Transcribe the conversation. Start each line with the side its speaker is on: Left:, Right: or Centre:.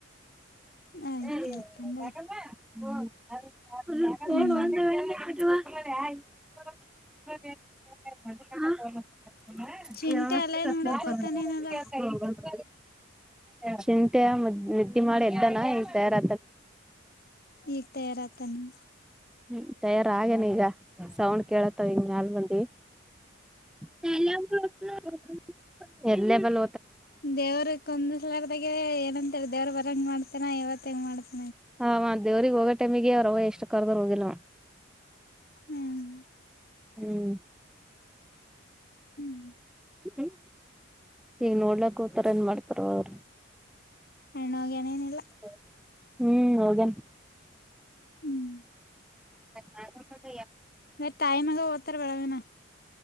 Centre: ಏ ಹ್ಮ <unintelligible> <unintelligible> <unintelligible> <unintelligible>
Left: ಆಯ್ತ ಆಯ್ತಂದೆ ಹ್ಮ್ ಚಿಂಟೆ ಅಲ್ಲೇ ನೋಡಕ್ ಹೋತಾನೇನಲ್ಲ
Centre: ಚಿಂಟ್ಯಾ ಮದ್ ನಿದ್ದೆ ಮಾಡಿ ಎದ್ದಾನಾ ಈಗ ತಯಾರ್
Left: ಈಗ ತಯಾರ ಆತಾನಾ?
Centre: ಹ್ಮ್ ತಯಾರ ಆಗ್ಯಾನ್ ಈಗ ಸೌಂಡ್ ಕೇಳಾತವ ಈಗ್ ಮ್ಯಾಲ ಬಂದಿ <unintelligible> ಇಲ್ಲೆಬಲ್
Left: ದೇವ್ರಕ್ಕ ಒಂದ್ ಸಲಾರ್ದಾಗೆ ಅಂತ ದೇವ್ರ ಬರ ಹಂಗ ಮಾಡ್ತಾನ ಇವತ್ ಹೆಂಗ ಮಾಡ್ತ
Centre: ಹ ಅವ ದೇವ್ರರಿಗೆ ಹೋಗೋ ಟೈಮಿಗೆ ಅವ್ರ ಅವ್ವಾ ಎಷ್ಟ ಕರ್ದರು ಹೋಗಿಲ್ಲವ.
Left: ಹ್ಮ್
Centre: ಹ್ಮ್
Left: ಹ್ಮ್
Centre: ಹ್ಮ್ ಈಗ ನೋಡ್ಲಕ್ ಹೊತಾರೋ ಏನ್ ಮಾಡ್ತಾರವ್ವಾ ಅವರ.
Left: ಅಣ್ಣ ಹೋಗ್ಯಾನ್ ಏನಿಲ್ಲ.
Centre: <unintelligible> ಹ್ಮ್ ಹೋಗ್ಯಾನ್.
Left: ಹ್ಮ್
Centre: ಹಾ
Left: ಮತ್ತ ತಾಯಿ ಮಗಾ ಓದ್ತಾರ ಬೆಳಗಾನಾ.